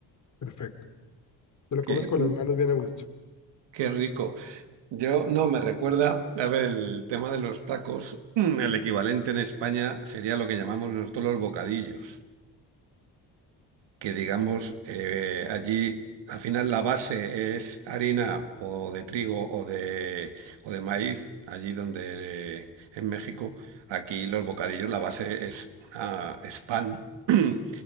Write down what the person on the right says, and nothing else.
qué,
mm,
qué rico. Yo no me recuerda, a ver, el tema de los tacos, <clears throat> mm, el equivalente en España sería lo que llamamos nosotros los bocadillos, que digamos eh, allí al final la base es harina o de trigo o de, o de maíz, allí donde eh, en México, aquí los bocadillos la base es, una, es pan. <clears throat>